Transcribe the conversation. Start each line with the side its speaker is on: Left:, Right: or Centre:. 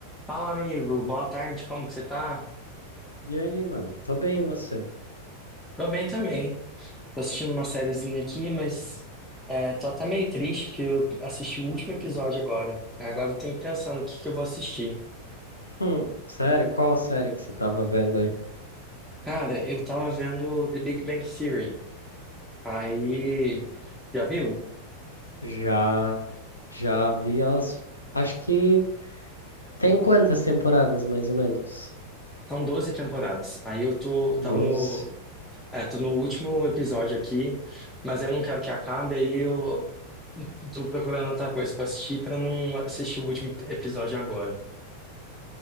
Centre: Fala, amigo. Boa tarde. Como que você tá?
Left: E aí, mano? Tô bem, e você?
Centre: Tô bem também. Tô assistindo uma sériezinha aqui, mas é, tô até meio triste porque eu assisti o último episódio agora. Agora eu tenho que pensar no que que eu vou assistir.
Left: Hum, sério? Qual série que você tava vendo aí?
Centre: Cara, eu tava vendo The Big Bang Theory. Aí, já viu?
Left: Já, já vi as. Acho que tem quantas temporadas, mais ou menos?
Centre: São 12 temporadas. Aí eu tô, tava
Left: Doze.
Centre: no, é, tô no último episódio aqui, mas eu não quero que acabe, aí eu tô procurando outra coisa pra assistir pra não assistir o último episódio agora.